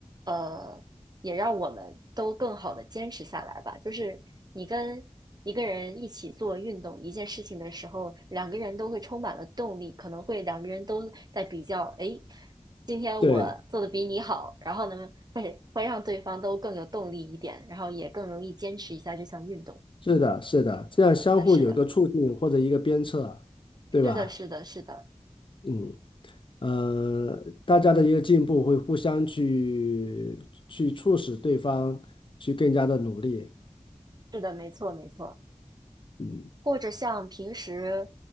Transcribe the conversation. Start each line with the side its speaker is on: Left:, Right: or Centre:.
Right: 呃，也让我们都更好的坚持下来吧。就是你跟一个人一起做运动一件事情的时候，两个人都会充满了动力，可能会两个人都在比较，诶，今天我做的比你好，
Left: 对，
Right: 然后呢，会会让对方都更有动力一点，然后也更容易坚持一下这项运动。
Left: 是的，是的，这样相互有一个促进或者一个鞭策，
Right: 是的，是的，
Left: 对吧？
Right: 是的，是的，是的，
Left: 嗯，呃，大家的一个进步会互相去去促使对方去更加的努力。
Right: 是的，没错，没错。
Left: 嗯，
Right: 或者像平时，